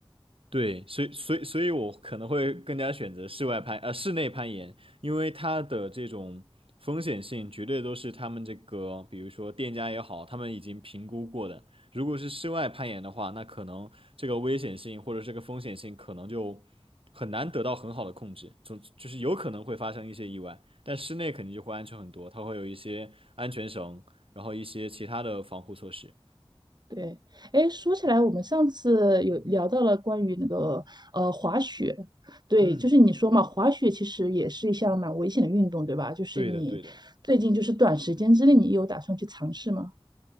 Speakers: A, on the right; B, on the right.
A: 对，所以所以所以我可能会更加选择室外攀，呃，室内攀岩，因为它的这种风险性绝对都是他们这个，比如说店家也好，他们已经评估过的。如果是室外攀岩的话，那可能这个危险性或者这个风险性可能就很难得到很好的控制，总就是有可能会发生一些意外。但室内肯定就会安全很多，它会有一些安全绳，然后一些其他的防护措施。
B: 对，哎，说起来，我们上次有聊到了关于那个呃滑雪，对，
A: 嗯，
B: 就是你说嘛，滑雪其实也是一项蛮危险的运动，对吧？就是你最近就是短时间之内，
A: 对的，对的。
B: 你有打算去尝试吗？